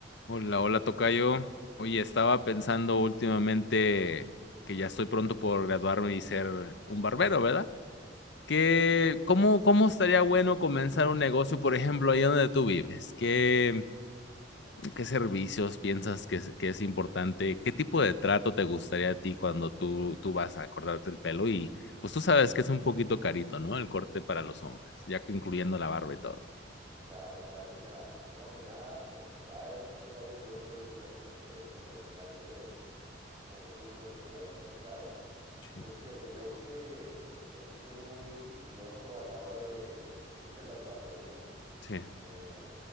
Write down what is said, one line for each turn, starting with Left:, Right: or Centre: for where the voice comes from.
Left: Hola, hola, tocayo. Oye, estaba pensando últimamente que ya estoy pronto por graduarme y ser un barbero, ¿verdad? ¿Qué, cómo, cómo estaría bueno comenzar un negocio, por ejemplo, ahí donde tú vives? ¿Qué, qué servicios piensas que es, que es importante? ¿Qué tipo de trato te gustaría a ti cuando tú, tú vas a cortarte el pelo? Y pues tú sabes que es un poquito carito, ¿no? El corte para los hombres, ya incluyendo la barba y todo.
Right: Claro, claro. Pues mira, primero que nada, felicidades, tocayo, qué buen rollo que ya estás por, te- por terminar ese, ese curso del que me habías platicado. Y
Left: Sí,
Right: pues fíjate, yo que, que sí soy muy quisquilloso a la hora de, de ir a las barberías,
Left: sí.
Right: eh,